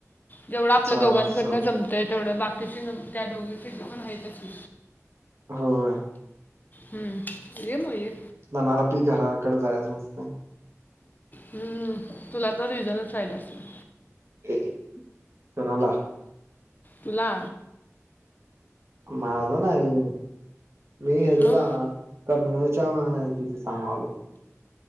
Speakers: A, on the left (about 35°); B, on the right (about 55°).
A: जेवढं आपल्या
B: चालतय
A: दोघांकडनं
B: चालतय
A: जमतय तेवढं बाकीची त्या दोघी तिघी पण आहेतच की
B: होय
A: हम् ये मग ये
B: मला बी घराकड जायचं नसते
A: हम्म तुला तर रिझनच पाहिजे असेल.
B: हे कोणाला
A: तूला
B: माझं नाही मी हेज
A: मग
B: जाणार कर्नलच्या माहितीच सांगालोय.